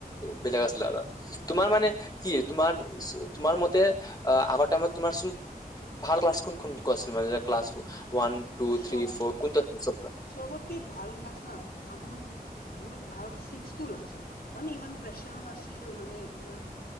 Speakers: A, on the left (about 25°); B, on the left (about 75°).
A: বেলেগ আছিলে আৰু তোমাৰ মানে কি তোমাৰ তোমাৰ মতে আগৰ টাইমত তোমাৰ ক্লাছকোন খন আছিল মানে ক্লাছ ওৱান টো থ্ৰী
B: চব
A: ফ কোনটো আছিল <unintelligible>
B: চবতে ভাল ক্লাছ না মোৰ বহুত ভাল চিকটো লাগছে মানে ইমান প্ৰেচাৰ নাছিল মানে ইমান